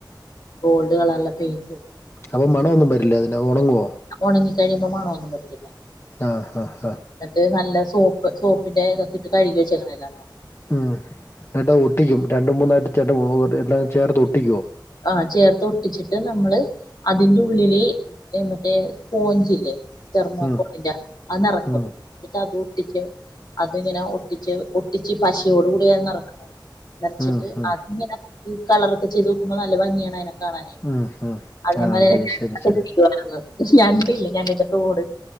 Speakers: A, on the left; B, on the left.
A: ഗോൾഡ് കളർല്ല പെയിൻ്റും
B: അവ മണൊന്നുംവരില്ല അതിനങാ ഒനങ്ങോ
A: ഉണങ്ങി കഴിയുമ്പോമണം ഒന്നും പറ്റില്ല
B: ആ ഹാ ഹാ
A: എന്നിട്ട് നല്ല സോപ്പ് സോപ്പിന്റെ ഇതൊക്കെ ഇട്ട് കഴുകി വെച്ചിക്കുന്നല്ലോ
B: ഉം ചട്ടാത് ഒട്ടിക്കും രണ്ട് മൂന്നായിട്ട് ചട്ട എല്ലാം ചേർത്ത് ഒട്ടിക്കുവോ
A: ആഹ ചേർത്ത്ഒ ട്ടിച്ചിട്ട് നമ്മള് അതിന്റെ ഉള്ളില് മറ്റേ സ്പോഞ്ച്ല്ലേ തെർമോക്കോളിന്റെഅത്
B: ഉം
A: ന റക്കും
B: ഉം
A: എന്നിട്ട്അതൊടിക്കും അതിങ്ങനെ ഒട്ടിച്ച് ഒട്ടിച്ച് പശയോട കൂടിയ നറക്കണം നിറച്ചിട്ട്
B: ഉം ഉം
A: അത്ങ്ങനെ ഈ കളറൊക്കെ ചെയ്ത് നോക്കുമ്പോൾ നല്ല ഭംഗിയാണ് അതിന <unintelligible> കാണാനായിട്ട്
B: ഉം ഉം
A: അതേമാല
B: ആഹ് ശരി
A: രണ്ട
B: ശരി ശരി
A: ഇലപക്ഷെ ഞണ്ടില്ല തോട്